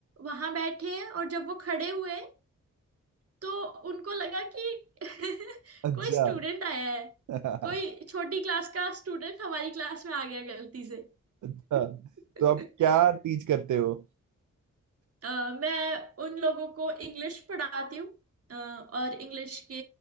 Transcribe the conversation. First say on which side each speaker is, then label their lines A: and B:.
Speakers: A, on the right; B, on the right.
A: वहां बैठे हैं और जब वो खड़े हुए तो उनको लगा कि <laughs>
B: अच्छा
A: कोई स्टूडेंट आया है
B: <laughs>
A: कोई छोटी क्लास का स्टूडेंट हमारी क्लास में आ गया गलती से
B: अच्छा
A: <laughs>
B: तो आप क्या टीच करते हो
A: अ, मैं उन लोगों को इंग्लिश पढ़ाती हूँ अ, और इंग्लिश के